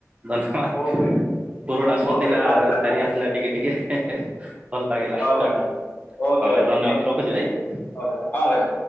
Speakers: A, on the right; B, on the left.
A: ଧନ୍ୟବାଦ
B: ବହୁତ
A: ପୁରୁଣା ସ୍ମୃତି
B: ଓକେ
A: ଟା
B: ମୁଁ ଆଉ ଥରେ
A: ଫେରିଆସିଲା ଟିକେ ଟିକେ ଭଲ ଲାଗିଲା
B: ହଉ ଭାଇ
A: ହ
B: ଓକେ ଭାଇ
A: ଧନ୍ୟବାଦ
B: ଥ୍ୟାଙ୍କ ୟୁ
A: ରଖୁଛି ଭାଇ
B: ହଁ ଭାଇ ହଁ ଭାଇ।